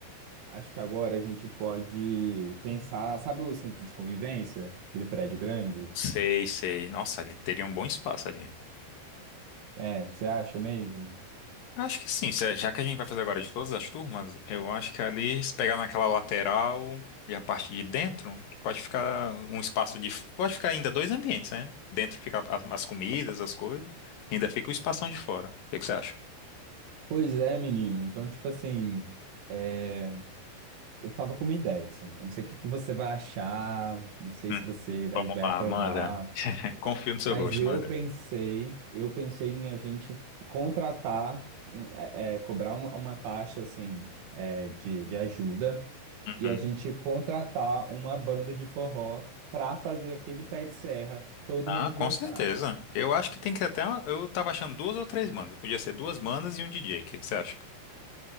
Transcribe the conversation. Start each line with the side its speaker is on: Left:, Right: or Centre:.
Right: acho que agora a gente pode pensar, sabe o centro de convivência? Aquele prédio grande?
Left: Sei, sei. Nossa, ali teria um bom espaço ali.
Right: É, você acha mesmo?
Left: Acho que sim, se- é, já que a gente vai fazer agora de todas as turmas, eu acho que ali, se pegar naquela lateral e a parte de dentro, pode ficar um espaço de. Pode ficar ainda dois ambientes, né? Dentro fica as, as comidas, as coisas, e ainda fica o espação de fora. O que que você acha?
Right: Pois é, menino. Então, tipo assim, é, eu tava com uma ideia, assim. Eu não sei o que que você vai achar, não sei
Left: Hum,
Right: se você vai,
Left: vamos
Right: vai
Left: lá,
Right: aprovar,
Left: manda. <laughs> Confio no seu
Right: mas
Left: gosto,
Right: eu
Left: manda.
Right: pensei, eu pensei em a gente contratar, um- é, é, cobrar uma, uma taxa, assim, é, de, de ajuda
Left: Uhum.
Right: e a gente contratar uma banda de forró pra fazer aquele pé de serra, todo
Left: Ah,
Right: mundo
Left: com
Right: dançar.
Left: certeza. Eu acho que tem que até. Eu tava achando duas ou três bandas. Podia ser duas bandas e um DJ. O que que você acha?